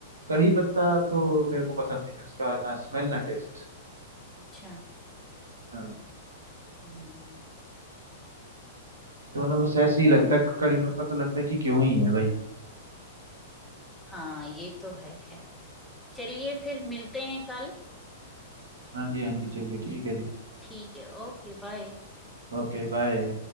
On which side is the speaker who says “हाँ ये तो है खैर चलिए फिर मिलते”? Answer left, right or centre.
Centre